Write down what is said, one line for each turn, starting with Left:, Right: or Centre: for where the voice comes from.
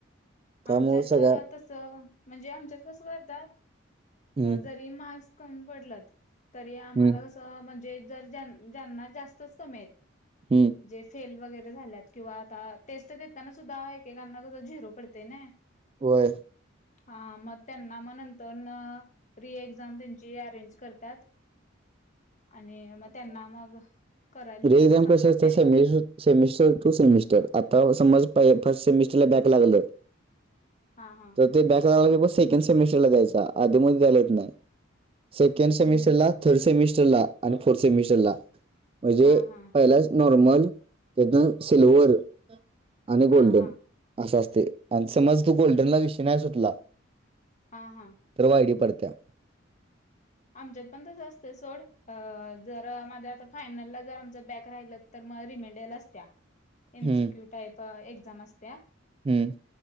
Right: त्यामुळं
Left: आमच्यात
Right: सगळ्या
Left: तसं म्हणजे... आमच्यात कसं करतात,
Right: हम्म
Left: जरी मार्क्स कमी पडलत तरी... आम्हाला
Right: हम्म
Left: कसं, म्हणजे जर... ज्यां... ज्यांना जास्तच कमीेएत
Right: हुं.
Left: जे फेल वगैरे झाल्यात, किंवा आता टेस्ट देत त्यांना सुद्धा, एकेकांना कसं, झिरो पडतंय नं
Right: होय.
Left: हा, मग त्यांना मग नंतरनं रिएक्झाम त्यांची अरेंज करतात आणि मग त्यांना मग करा लिहायला
Right: रिएक्झाम
Left: सांगतात
Right: कशी असत्या...
Left: पेपर
Right: <unintelligible> सेमिस्टर टू सेमिस्टर, आता समज, फर्स्ट सेमिस्टरला बॅक लागलं
Left: हा हा
Right: तर ते बॅकला लागला की मग सेकंड सेमेस्टरला द्यायचा. आधी मधी द्यायला येत नाय... सेकंड सेमिस्टरला
Left: हम्म
Right: थर्ड सेमिस्टरला आणि फोर्थ सेमिस्टरला म्हणजे
Left: हा हा
Right: पहिलाच नॉर्मल... त्यातून सिल्वर आणि
Left: हा
Right: गोल्डन,
Left: हा
Right: असं असतंय. आणि समज तू गोल्डनला विषय नाई सुटला
Left: हा हा.
Right: तर वाय डी पडत्या.
Left: आमच्यात पण तसं असतं... सोड, अ... जर माझं आता फायनलला जर आमचं बॅक राहिलं तर मग <unintelligible> असत्या, एमसीक्यू
Right: हम्म
Left: टाईप एक्झाम असत्या
Right: हुं